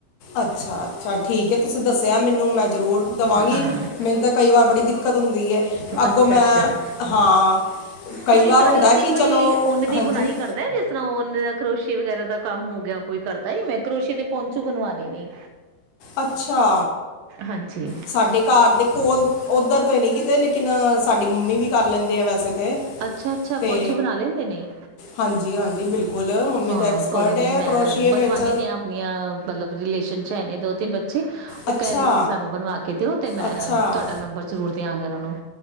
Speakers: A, on the left; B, on the right.
A: ਅੱਛਾ ਅੱਛਾ ਠੀਕ ਹੈ ਤੁਸੀਂ ਦੱਸਿਆ ਮੈਨੂੰ ਮੈਂ ਜ਼ਰੂਰ ਦੇਵਾਂਗੀ
B: ਹਾਂ
A: ਮੈਨੂੰ ਤਾਂ ਕਈ ਵਾਰ ਬੜੀ ਦਿੱਕਤ ਹੁੰਦੀ ਹੈ ਅੱਗੋਂ
B: ਅੱਛਾ
A: ਮੈਂ
B: ਅੱਛਾ
A: ਹਾਂ ਕਈ
B: ਕੋਈ
A: ਵਾਰ
B: ਤੁਹਾਡੇ
A: ਹੁੰਦਾ
B: ਉੱਥੇ
A: ਕਿ ਚਲੋ
B: ਕੋਈ ਓਨੇ ਦੀ
A: ਹਾਂਜੀ
B: ਬੁਣਾਈ ਕਰਦਾ ਜਿਸ ਤਰ੍ਹਾਂ ਓਨ ਦਾ ਕਰੋਸ਼ੇ ਵਗੈਰਾ ਦਾ ਕੰਮ ਹੋ ਗਿਆ ਕੋਈ ਕਰਦਾ ਹੀ ਮੈਂ ਕਰੋਸ਼ੇ ਤੇ ਪੌਂਚੇ ਬਨਵਾਉਣੇ ਨੇ
A: ਅੱਛਾ
B: ਹਾਂਜੀ
A: ਸਾਡੇ ਘਰ ਦੇ ਕੋਲ ਉੱਧਰ ਤੇ ਨੀ ਕਿਤੇ ਲ ਲੇਕਿਨ ਸਾਡੀ ਮੰਮੀ ਵੀ ਕਰ ਲੈਂਦੇ ਆ ਵੈਸੇ ਤੇ
B: ਅੱਛਾ ਅੱਛਾ
A: ਤੇ
B: ਪੁੰਚੂ ਬਣਾ ਲੈਂਦੇ ਨੇ
A: ਹਾਂਜੀ ਹਾਂਜੀ ਬਿਲਕੁਲ ਮੰਮੀ
B: ਹਾਂ
A: ਤਾਂ ਐਕਸਪਰਟ
B: ਕੋਈ ਨੀ
A: ਹੈ
B: ਮੈਂ
A: ਕਰੋਸ਼ੀਏ
B: ਬਣਵਾਣੇ
A: ਵਿੱਚ
B: ਨੇ ਆਪਣੀਆਂ ਮਤਲਬ ਰਿਲੇਸ਼ਨ ਚੈਨੇ ਦੋ ਤਿੰਨ ਬੱਚੇ ਉਹ
A: ਅੱਛਾ
B: ਕਹਿ ਰਹੇ ਸੀ ਸਾਨੂੰ ਬਣਵਾ ਕੇ ਦਿਓ ਤੇ ਮੈਂ
A: ਅੱਛਾ
B: ਤੁਹਾਡਾ ਨੰਬਰ ਜ਼ਰੂਰ ਦੇਿਆਂਗੇ ਉਹਨਾਂ ਨੂੰ